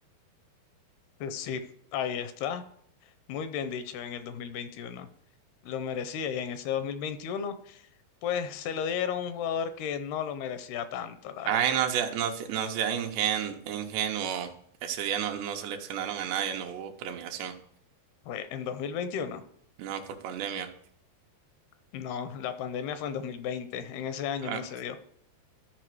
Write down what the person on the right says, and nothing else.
Ay,
no sea, no, sea- no sea ingen- ingenuo. Ese día no, no seleccionaron a nadie, no hubo premiación.
No, por pandemia.
Ah,